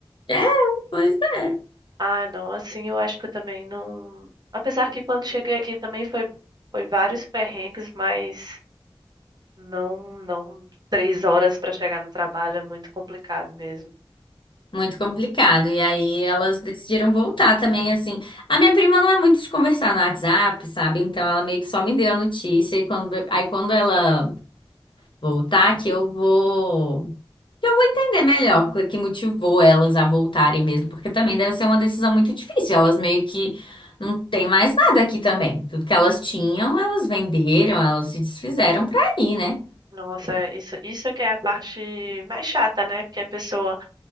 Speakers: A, on the left; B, on the right.
A: É, pois é.
B: Ah, não, assim eu acho que eu também não. Apesar que quando cheguei aqui também foi, foi vários perrengues, mas não, não, três horas para chegar no trabalho é muito complicado mesmo.
A: Muito complicado. E aí elas decidiram voltar também, assim. A minha prima não é muito de conversar no WhatsApp, sabe? Então ela meio que só me deu a notícia. E quando, aí quando ela voltar, que eu vou. que Eu vou entender melhor o que motivou elas a voltarem mesmo. Porque também deve ser uma decisão muito difícil. Elas meio que não têm mais nada aqui também. Tudo que elas tinham, elas venderam, elas se desfizeram pra ir, né?
B: Nossa, é, isso, isso é que é a parte mais chata, né? Porque a pessoa